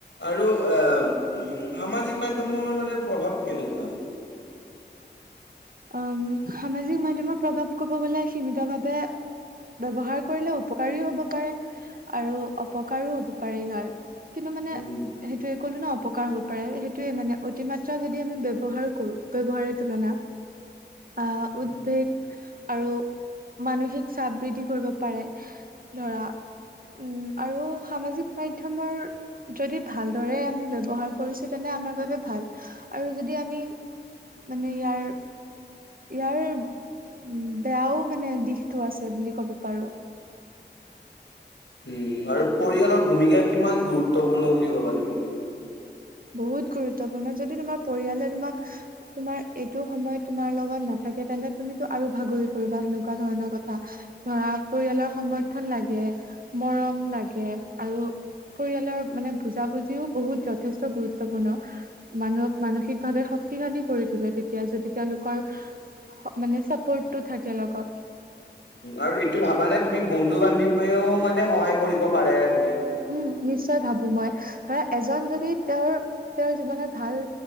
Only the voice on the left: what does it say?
আৰু এ, উম সামাজিক মাধ্্যমৰ মানে প্ৰভাৱ কেনেকুৱা?
উম
উম।
উম আৰু পৰিয়ালৰ ভূমিকা কিমান গুৰুত্বপূৰ্ণ বুলি ভবা তুমি?
আৰু এইটো ভাবানে তুমি বন্ধু বান্ধৱেও মানে সহায় কৰিব পাৰে বুলি?